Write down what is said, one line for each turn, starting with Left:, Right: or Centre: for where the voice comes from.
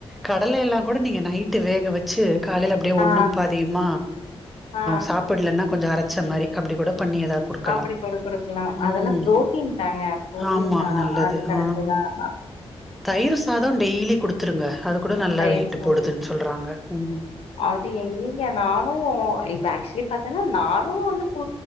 Centre: கடல எல்லாம் கூட நீங்க நைட்டு வேக வச்சு காலயில அப்டியே ஒன்னும்
Left: ஆ
Centre: பாதியுமா
Left: ஆ
Centre: சாப்படலன்னா கொஞ்சம் அரச்ச மாதரி அப்டி கூட பண்ணி ஏதாவது குடுக்கலா
Left: அப்படி கொட கொடுக்கலாம்
Centre: ம்
Left: அதெல்லாம் பு்ரோட்டீன் தாங்க பு்ரோட்டீன்
Centre: ஆமா
Left: தான்
Centre: நல்லது
Left: அது கரெக்ட
Centre: ஆ
Left: தான்
Centre: தயிர் சாதம் டெய்லி குடுத்துருங்க அது கூட நல்லா
Left: தயிர்
Centre: வெயிட்டு
Left: சாத
Centre: போடுதுன்னு சொல்றாங்க உம்
Left: அது எங்கங்க நானு இப்ப ஆக்சுவலி பாத்தீன்னா நானும் வந்து